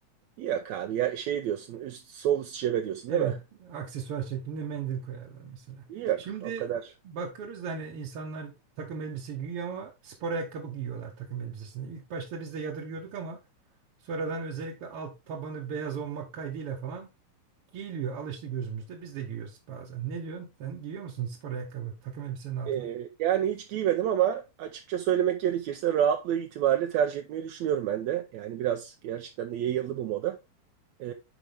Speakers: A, on the right (about 75°); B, on the right (about 60°).
A: Yok abi ya şey diyorsun üst sol üst cebe diyorsun
B: Evet,
A: değil mi?
B: aksesuar şeklinde mendil koyarlar mesela.
A: Yok
B: Şimdi
A: o kadar.
B: bakıyoruz da hani insanlar takım elbise giyiyor ama spor ayakkabı giyiyorlar takım elbisesine. İlk başta biz de yadırgıyorduk ama sonradan özellikle alt tabanı beyaz olmak kaydıyla falan giyiliyor. Alıştı gözümüzde. Biz de giyiyoruz bazen. Ne diyorsun? Sen giyiyor musun spor ayakkabı takım elbisenin altına?
A: Ee, yani hiç giymedim ama açıkça söylemek gerekirse rahatlığı itibariyle tercih etmeyi düşünüyorum ben de. Yani biraz gerçekten de yayıldı bu moda. Ee,